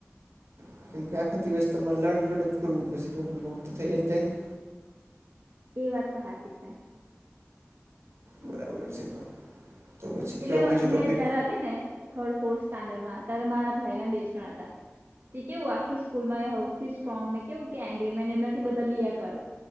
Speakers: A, on the right; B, on the right.
A: હ કેમકે આખો દિવસ તમારે લડ લડ જ કરવું પછી કોઈકને કોઈક તો થઈ જાય ને.
B: એ વાત તો સાચી છે.
A: બરાબર છે તો. તો પછી કયો
B: એટલે
A: બીજો ટોપિક
B: મેં જયાર હતી ને- થર્ડ ફોર્થ સ્ટાન્ડર્ડમાં ત્યારે મારા ભાઈના બેસ્ટ ફ્રેન્ડ હતા તે કેવું આખી સ્કૂલ સ્ટ્રોંગ ને કેવું એંગ્રી મેન એમનાથી બધા બ બે કરે